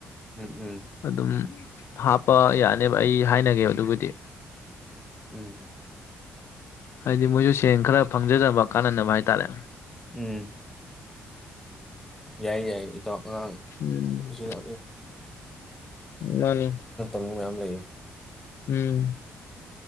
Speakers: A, in the centre; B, on the left.
A: ꯎꯝ ꯎꯝ
B: ꯑꯗꯨꯝ ꯍꯥꯞꯄ ꯌꯥꯅꯦꯕ ꯑꯩ ꯍꯥꯏꯅꯒꯦ ꯑꯗꯨꯕꯨꯗꯤ
A: ꯎꯝ
B: ꯍꯥꯏꯗꯤ ꯃꯣꯏꯁꯨ ꯁꯦꯟ ꯈꯔ ꯐꯪꯖꯅꯕ ꯀꯥꯟꯅꯅꯕ ꯍꯥꯏꯇꯥꯔꯦ
A: ꯎꯝ ꯌꯥꯏ ꯌꯥꯏꯌꯦ ꯏꯇꯥꯎ ꯑꯉꯥꯡ
B: ꯎꯝ
A: ꯑꯁꯤꯗ
B: ꯃꯥꯅꯤ
A: <unintelligible> ꯃꯌꯥꯝ ꯂꯩꯌꯦ
B: ꯎꯝ